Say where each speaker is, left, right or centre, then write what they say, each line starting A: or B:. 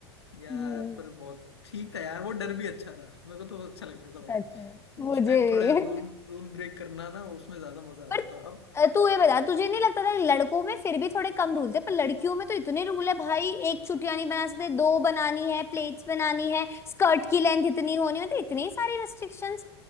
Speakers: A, on the left (about 75°); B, on the left (about 20°).
A: यार
B: हम्म
A: पर बहुत ठीक था यार वो डर भी अच्छा था मेरे को तो बहुत अच्छा लगता था भाई
B: सच में मुझे
A: उस टाइम
B: भी
A: थोड़े रूल रूल ब्रेक करना ना उसमें ज्यादा मजा आता
B: पर
A: था अब
B: अ, तू ये बता तुझे नहीं लगता था कि लड़कों में फिर भी थोड़े कम रूल थे पर लड़कियों में तो इतने रूल है भाई एक छुटिया नहीं बना सकते दो बनानी है प्लेट्स बनानी है स्कर्ट की लेंथ इतनी होनी है तो इतने सारे रेस्ट्रिक्शंस